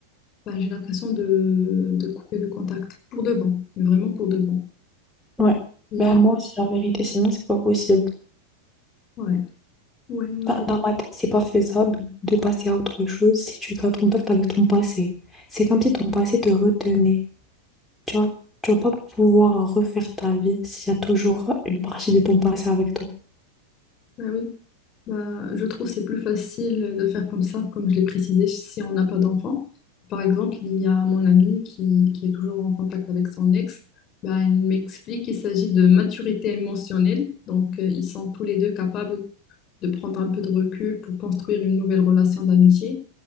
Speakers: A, on the left; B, in the centre.
A: ben, j'ai l'impression de, de couper le contact pour de bon, mais vraiment pour de bon.
B: Ouais.
A: Sinon,
B: Ben, moi aussi, la vérité, sinon, c'est pas possible.
A: ouais, ouais, ouais,
B: Enfin, dans ma tête, c'est pas faisable de passer à autre chose si tu gardes contact avec ton passé. C'est comme si ton passé te retenait. Tu vois, tu vas pas pouvoir refaire ta vie s'il y a toujours une partie de ton passé avec toi.
A: ouais, oui. Bah, je trouve que c'est plus facile de faire comme ça, comme je l'ai précisé, si on n'a pas d'enfant. Par exemple, il y a mon ami qui, qui est toujours en contact avec son ex. Bah, il m'explique qu'il s'agit de maturité émotionnelle. Donc, euh, ils sont tous les deux capables de prendre un peu de recul pour construire une nouvelle relation d'amitié.